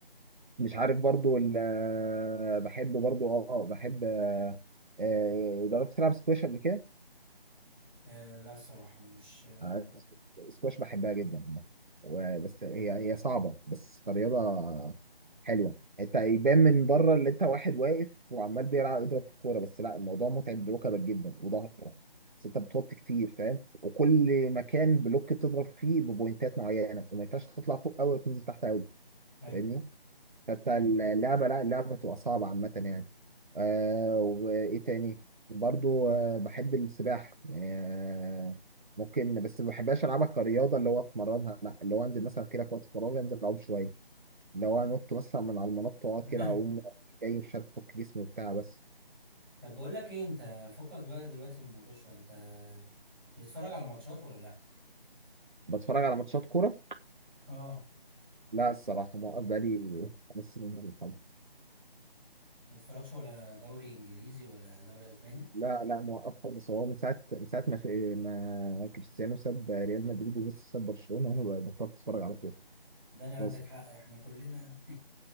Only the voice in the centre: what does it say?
آه لا الصراحة مش آه
أيوه
<laughs>
طب بقول لك إيه أنت فكك بقى دلوقتي من الموتوشة أنت بتتفرج على ماتشات ولا لأ؟
آه
ما تتفرجش ولا دوري إنجليزي ولا دوري إسباني؟
داني عندك
حق إحنا كلنا